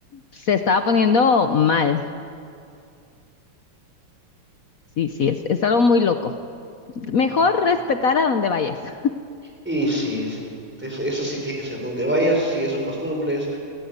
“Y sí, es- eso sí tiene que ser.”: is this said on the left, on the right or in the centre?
Centre